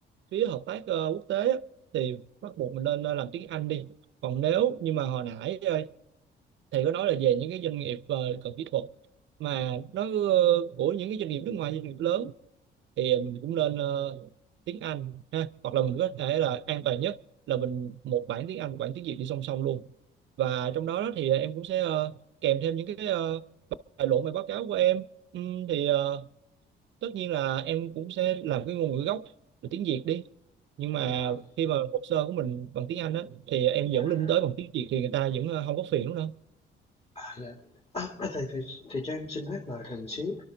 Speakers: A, on the right; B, on the left.
A: phía hợp tác ờ, quốc tế thì bắt buộc mình nên ờ, làm tiếng Anh đi còn nếu nhưng mà hồi nãy ờ, thầy có nói là về những cái doanh nghiệp ờ, cần kỹ thuật mà nó ờ, của những cái doanh nghiệp nước ngoài doanh nghiệp lớn thì mình cũng nên ờ, tiếng Anh ha hoặc là mình có thể là an toàn nhất là mình một bản tiếng Anh một bản tiếng Việt đi song song luôn và trong đó đó thì em cũng sẽ ờ, kèm thêm những cái ờ, tài liệu bài báo cáo của em Ừm, thì ờ, tất nhiên là em cũng sẽ làm cái ngôn ngữ gốc là tiếng Việt đi nhưng mà
B: dạ,
A: khi mà hồ sơ của mình bằng tiếng Anh á thì em
B: dạ.
A: dẫn link tới bằng tiếng Việt thì người ta vẫn ờ, không có phiền đúng không
B: À, dạ. À, à, thầy thầy thầy cho em xin nhắc lời thầy một xíu.